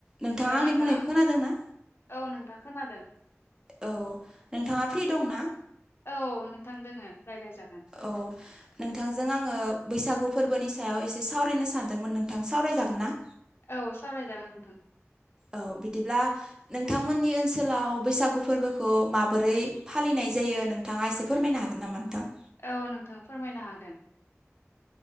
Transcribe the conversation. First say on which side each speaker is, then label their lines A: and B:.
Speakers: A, on the right (about 15°); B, on the left (about 55°).
A: नोंथाङा
B: Hello
A: आंनि
B: नोंथां
A: बुंनायखौ खोनादों ना?
B: औ नोंथां खोनादों?
A: औ नोंथाङा फ्रि दंना?
B: औ नोंथां दोङो। रायलायजागोन
A: औ नोंथांजों आङो बैसागु फोरबोनि सायाव एसे सावरायनो सानदोंमोन नोंथां सावरायजागोन ना?
B: औ सावरायजागोन नोंथां।
A: औ बिदिब्ला नोंथांमोननि ओनसोलाव बैसागु फोरबोखौ माबोरै फालिनाय? नाय जायो नोंथाङा एसे फोरमायनो हागोन नामा नोंथां?
B: औ नोंथां फोरमायनो हागोन।